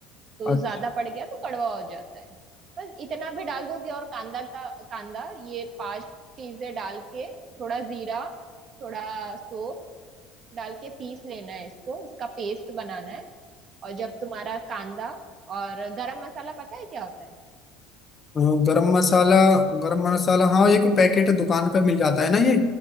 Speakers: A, on the right (about 45°); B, on the left (about 30°).
A: तो
B: अच्छा
A: ज्यादा पड़ गया तो कड़वा हो जाता है बस इतना भी डाल दोगे और कांदा का कांदा ये पांच चीजें डाल के थोड़ा जीरा थोड़ा सौंफ डाल के पीस लेना है इसको इसका पेस्ट बनाना है और जब तुम्हारा कांदा और गरम मसाला पता है क्या होता है
B: हाँ, गरम मसाला गरम मसाला हाँ एक पैकेट दुकान पे मिल जाता है ना ये